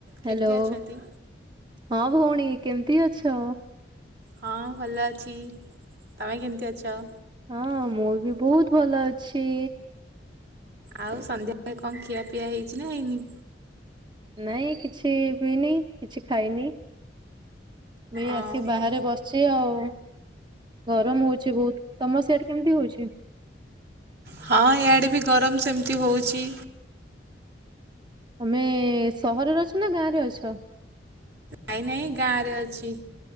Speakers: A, on the right; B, on the right.
A: କେମିତି
B: ହେଲୋ।
A: ଅଛନ୍ତି?
B: ହଁ ଭଉଣୀ କେମିତି ଅଛ?
A: ହଁ ଭଲ ଅଛି। ତୋମେ କେମିତି ଅଛ?
B: ହଁ ମୁଁ ବି ବହୁତ ଭଲ ଅଛି।
A: ଆଉ ସନ୍ଧ୍ୟାବେଳେ କଣ ଖିଆ ପିଆ ହେଇଛି ନା ହେଇନି?
B: ନାଇଁ କିଛି ପିଇନି, କିଛି ଖାଇନି। ମୁଁ ଏଇ
A: ଓହୋ।
B: ଆସି ବାହାରେ ବସିଛି ଆଉ। ଗରମ ହୋଉଛି ବହୁତ। ତୋମ ସିଆଡେ କେମିତି ହୋଉଛି?
A: ହଁ ଇଆଡ଼େ ବି ଗରମ ସେମିତି ହୋଉଛି।
B: ତୋମେ ସହରରେ ଅଛ ନା ଗାଁରେ ଅଛ?
A: ନାଇଁ ନାଇଁ ଗାଁ ରେ ଅଛି।